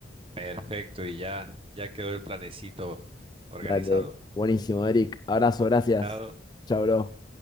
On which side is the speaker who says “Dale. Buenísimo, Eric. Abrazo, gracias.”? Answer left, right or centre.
Left